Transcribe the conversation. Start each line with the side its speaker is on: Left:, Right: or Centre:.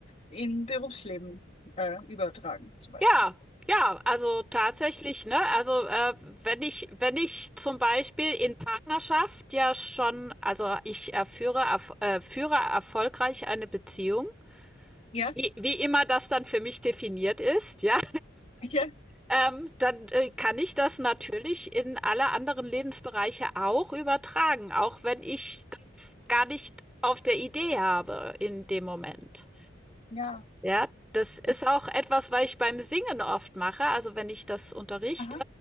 Left: in Berufsleben äh, übertragen, zum Beispiel?
Centre: ja, ja, also tatsächlich, ne? Also äh, wenn ich, wenn ich zum Beispiel in Partnerschaft ja schon, also ich äh, führe, erf äh, führe erfolgreich eine Beziehung,
Left: Ja,
Centre: wie, wie immer das dann für mich definiert ist, ja,
Left: ja,
Centre: ähm, dann äh, kann ich das natürlich in alle anderen Lebensbereiche auch übertragen, auch wenn ich das gar nicht auf der Idee habe in dem Moment.
Left: ja.
Centre: Ja, das ist
Left: Das,
Centre: auch etwas, was ich beim Singen oft mache. Also wenn ich das unterrichte,
Left: aha,